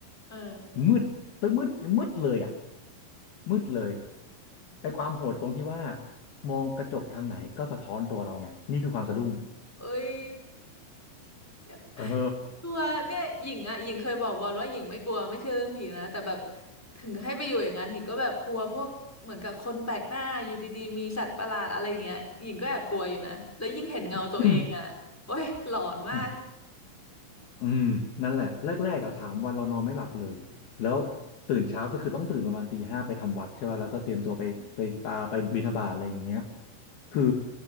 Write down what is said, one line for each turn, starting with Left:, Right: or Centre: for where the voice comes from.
Centre: เออ
Left: มืดตึ้งมืดมืดเลยอ่ะมืดเลยไอ้ความโหดตรงที่ว่ามองกระจกทางไหนก็สะท้อนตัวเราไงนี่คือความสะดุ้ง
Centre: เอ้ย <laughs>
Left: เออ
Centre: กลัวเนี่ยหญิงอ่ะหญิงเคยบอกบอลว่าหญิงไม่กลัวไม่เชื่อเรื่องผีนะแต่แบบถึงให้ไปอยู่อย่างนั้นหญิงก็แบบกลัวพวกเหมือนกับคนแปลกหน้าอยู่ดีๆมีสัตว์ประหลาดอะไรอย่างเงี้ยหญิงก็แอบกลัวอยู่นะแล้วยิ่งเห็นเงาตัวเองอ่ะโอ้ยหลอนมาก
Left: <coughs> อืม อืมนั่นแหละแรกๆอ่ะสามวันเรานอนไม่หลับเลยแล้วตื่นเช้าก็คือต้องตื่นประมาณตีห้าไปทำวัดใช่ไหมแล้วก็เตรียมตัวไปไปปาไปบิณฑบาตอะไรอย่างเงี้ย
Centre: อืม
Left: คือ